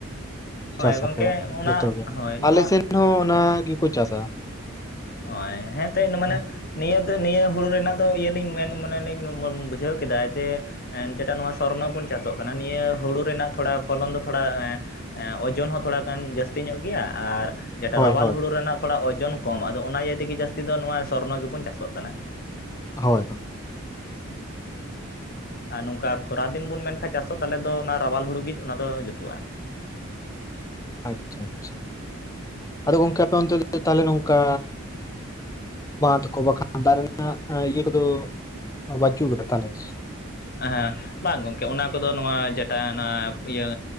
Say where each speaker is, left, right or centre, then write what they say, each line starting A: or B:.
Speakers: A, on the left; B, on the left.
A: ᱦᱳᱭ
B: ᱪᱟᱥᱟᱠᱚ
A: ᱜᱚᱢᱠᱮ ᱚᱱᱟ
B: ᱡᱚᱛᱚ ᱜᱮ
A: ᱦᱳᱭ ᱱᱚᱣᱟ
B: ᱟᱞ ᱥᱮᱱ ᱦᱚᱸ ᱚᱱᱟ ᱜᱮᱠᱚ ᱪᱟᱥᱟ
A: ᱳ ᱦᱮᱸᱛ ᱢᱟᱱᱮ
B: ᱦᱳᱭ
A: ᱱᱤᱭᱟᱹ ᱫᱚ ᱱᱤᱭᱟᱹ ᱦᱩᱲᱩ ᱨᱮᱱᱟᱜ ᱫᱚ ᱤᱭᱟᱹᱞᱤᱧ ᱢᱮᱱ ᱢᱟᱱᱮᱞᱤᱧ ᱵᱩᱡᱷᱟᱹᱣ ᱠᱮᱫᱟ ᱡᱮ ᱡᱮᱴᱟ ᱱᱚᱣᱟ ᱥᱚᱨᱚᱱ ᱵᱚᱱ ᱪᱟᱥᱚᱜ ᱠᱟᱱᱟ ᱱᱤᱭᱟᱹ ᱦᱩᱲᱩ ᱨᱮᱱᱟᱜ ᱛᱷᱚᱲᱟ ᱯᱷᱚᱞᱚᱱ ᱫᱚ ᱛᱷᱚᱲᱟ ᱳᱡᱳᱚᱱ ᱦᱚᱸ ᱛᱷᱚᱲᱟᱜᱟᱱ ᱡᱟᱹᱥᱛᱤ ᱧᱚᱜ ᱜᱮᱭᱟ ᱟᱨ ᱡᱮᱴᱟ
B: ᱦᱳᱭ
A: ᱨᱟᱣᱟᱞ ᱦᱩᱲᱩ ᱨᱮᱱᱟᱜ ᱛᱷᱚᱲᱟ ᱳᱡᱚᱱ ᱠᱚᱢ ᱟᱫᱚ ᱚᱱᱟ ᱤᱭᱟᱹ ᱛᱮᱜᱮ ᱡᱟᱹᱥᱛᱤ ᱫᱚ ᱱᱚᱣᱟ ᱥᱚᱨᱱᱚ ᱜᱮᱵᱚᱱ ᱪᱟᱥᱚᱜ ᱠᱟᱱᱟ
B: ᱦᱳᱭ ᱦᱳᱭ
A: ᱟᱨ ᱱᱚᱝᱠᱟ ᱠᱷᱚᱨᱟ ᱫᱤᱱ ᱵᱚᱱ ᱢᱮᱱᱠᱷᱟᱱ ᱪᱟᱥᱚᱜ ᱛᱟᱦᱚᱞᱮ ᱫᱚ ᱚᱱᱟ ᱨᱟᱣᱟᱞ ᱦᱩᱲᱩ ᱜᱮ ᱚᱱᱟ ᱫᱚ ᱡᱩᱛᱩᱜᱼᱟ
B: ᱟᱪᱪᱷᱟ ᱟᱪᱪᱷᱟ ᱟᱫᱚ ᱜᱚᱝᱠᱮ ᱟᱯᱮ ᱚᱱᱛᱮ ᱛᱟᱦᱞᱮ ᱱᱚᱝᱠᱟ ᱵᱟᱸᱫ ᱠᱚ ᱵᱟᱠᱷᱟᱱ ᱫᱟᱜ ᱨᱮᱱᱟᱜ ᱤᱭᱟᱹ ᱠᱚᱫᱚ ᱵᱟᱪᱩᱜ ᱟᱠᱟᱫᱟ ᱛᱟᱞᱚᱞᱮ
A: ᱦᱮᱸ ᱵᱟᱝ ᱜᱚᱝᱠᱮ ᱚᱱᱟ ᱠᱚᱫᱚ ᱱᱚᱣᱟ ᱡᱮᱴᱟ ᱚᱱᱟ ᱤᱭᱟᱹ